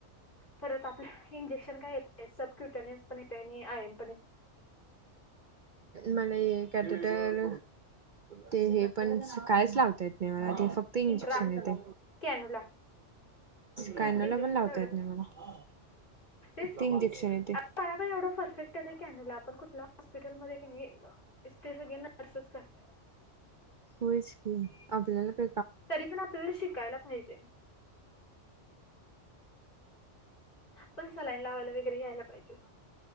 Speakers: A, on the left; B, on the right.
A: परत आपल्या इंजेक्शन काय येत सब क्युटनिस पण येत आणि आयम
B: मला कॅटेटर ते हे पण कायच लावता येत नाही मला ते फक्त इंजेक्शन
A: इंट्रा
B: येते.
A: कॅनुला
B: कायनला
A: इंजेक्शन
B: पण लावता
A: तेवढंच
B: येत
A: आहे
B: नाही मला
A: तेच की
B: ती इंजेक्शन येते.
A: पण एवढं परफेक्ट आहे ना कॅनूला आपण कुठल्या हॉस्पिटल मध्ये कि नाही. ते सगळे नर्सच करतात.
B: होच की आपल्याला <inaudible>
A: तरी पण आपल्याला शिकायला पाहिजे पण सलाईन लावायला वगैरे घ्यायला पाहिजे.